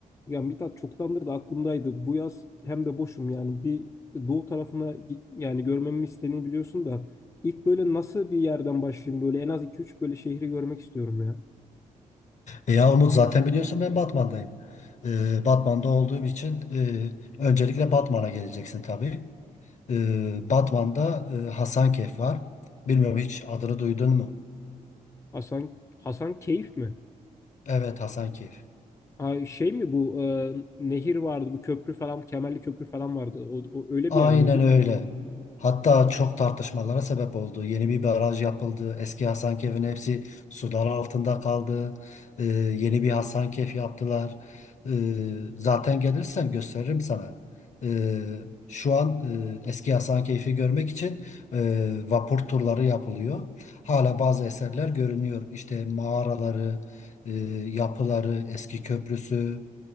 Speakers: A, on the left; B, on the left.
A: Ya Mithat çoktandır da aklımdaydı. Bu yaz hem de boşum yani bir doğu tarafına gi- yani görmemi istediğini biliyorsun da ilk böyle nasıl bir yerden başlayayım böyle en az iki üç böyle şehri görmek istiyorum ya.
B: E Ya Umut zaten biliyorsun ben Batman'dayım. Ee, Batman'da olduğum için e, öncelikle Batman'a geleceksin tabii. Ee, Batman'da e, Hasankeyf var. Bilmiyorum hiç adını duydun mu?
A: Hasan Hasan Keyif mi?
B: Evet Hasankeyf.
A: Ay şey mi bu e, nehir vardı bu köprü falan Kemerli Köprü falan vardı. O, o öyle
B: Aynen
A: bir yer miydi?
B: öyle. Hatta çok tartışmalara sebep oldu. Yeni bir baraj yapıldı. Eski Hasankeyf'in hepsi sular altında kaldı. Ee, yeni bir Hasankeyf yaptılar. Ee, zaten gelirsen gösteririm sana. Ee, şu an e, eski Hasankeyf'i görmek için e, vapur turları yapılıyor. Hala bazı eserler görünüyor. İşte mağaraları, e, yapıları, eski köprüsü.